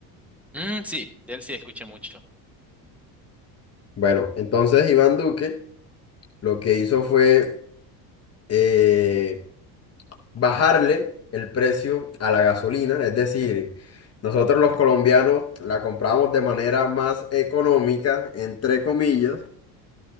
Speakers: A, in the centre; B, on the left.
A: Mm, sí, de él sí escuché mucho.
B: Bueno, entonces Iván Duque lo que hizo fue... eh, bajarle el precio a la gasolina, es decir, nosotros los colombianos la compramos de manera más económica, entre comillas,